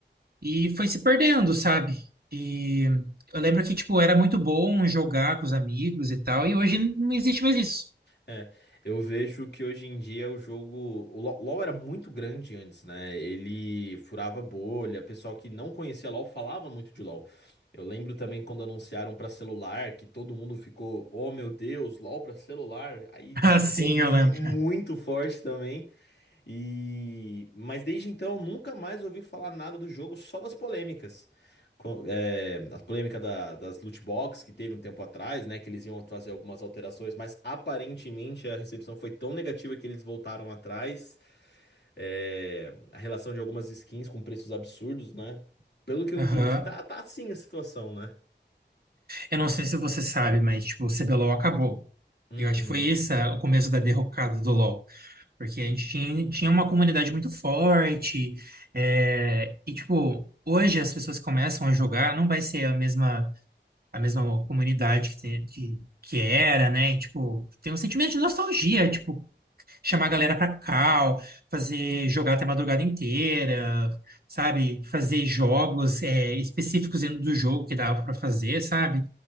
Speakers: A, on the right; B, on the left.
A: e foi se perdendo, sabe? E eu lembro que, tipo, era muito bom jogar com os amigos e tal, e hoje não existe mais isso. <laughs>
B: É, eu vejo que hoje em dia o jogo. O Lo- LoL era muito grande antes, né? Ele furava bolha, pessoal que não conhecia LoL falava muito de LoL. Eu lembro também quando anunciaram pra celular que todo mundo ficou, oh meu Deus, LoL pra celular. Aí ficou
A: Ah, sim,
B: muito
A: eu lembro.
B: forte também. E mas desde então nunca mais ouvi falar nada do jogo, só das polêmicas. Co- É, a polêmica da- das loot box que teve um tempo atrás, né? Que eles iam fazer algumas alterações, mas aparentemente a recepção foi tão negativa que eles voltaram atrás. É, a relação de algumas skins com preços absurdos, né? Pelo que eu
A: Aham.
B: entendi, tá, tá assim a situação, né?
A: Eu não sei se você sabe, mas, tipo, o CBLOL acabou.
B: Uhum.
A: Eu acho que foi esse ah, o começo da derrocada do LoL. Porque a gente tinha, tinha uma comunidade muito forte, é, e, tipo, hoje as pessoas que começam a jogar, não vai ser a mesma a mesma comunidade que, tem- que, que era, né? E, tipo, tem um sentimento de nostalgia, tipo, chamar a galera pra cal, fazer jogar até a madrugada inteira, sabe? Fazer jogos é, específicos dentro do jogo que dava pra fazer, sabe?